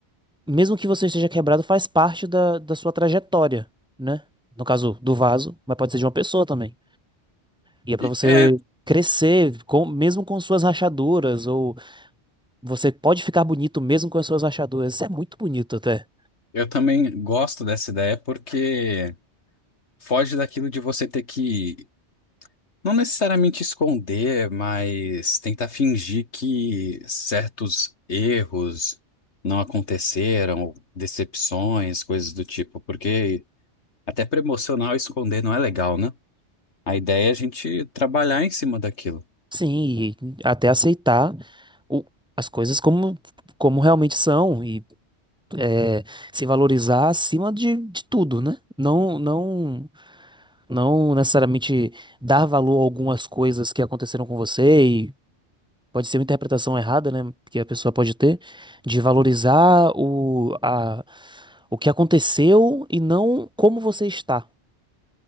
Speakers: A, in the centre; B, on the left.
A: mesmo que você esteja quebrado, faz parte da, da sua trajetória, né? No caso do vaso, mas pode ser de uma pessoa também. E é pra
B: E,
A: você
B: é,
A: crescer, com, mesmo com suas rachaduras, ou você pode ficar bonito mesmo com as suas rachaduras. Isso é muito bonito até.
B: eu também gosto dessa ideia porque. Foge daquilo de você ter que, não necessariamente esconder, mas tentar fingir que certos erros não aconteceram, decepções, coisas do tipo, porque até para emocional esconder não é legal, né? A ideia é a gente trabalhar em cima daquilo,
A: Sim, e até aceitar o- as coisas como, como realmente são e é, se valorizar acima de, de tudo, né? Não, não, não necessariamente dar valor a algumas coisas que aconteceram com você pode ser uma interpretação errada, né? Que a pessoa pode ter, de valorizar o, a, o que aconteceu e não como você está.